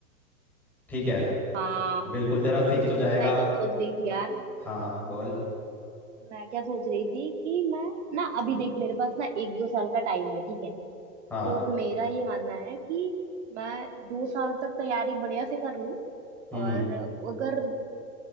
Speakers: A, in the centre; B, on the right.
A: ठीक है
B: हाँ
A: बिल्कुल तेरा फिक्स हो जाएगा
B: मैं क्या सोच रही थी यार
A: हाँ बोल
B: मैं क्या सोच रही थी कि मैं ना अभी देख मेरे पास ना एक दो साल का टाइम है ठीक है
A: हाँ
B: तो मेरा ये मानना है कि मैं दो साल तक तैयारी बढ़िया से कर लूं
A: हम्म
B: और अगर